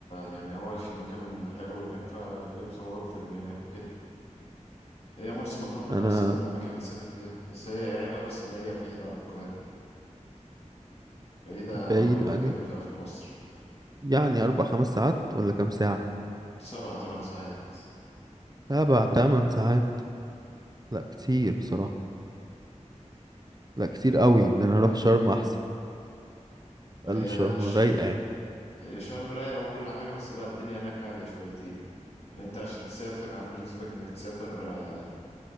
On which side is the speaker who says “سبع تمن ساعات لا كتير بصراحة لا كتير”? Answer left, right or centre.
Right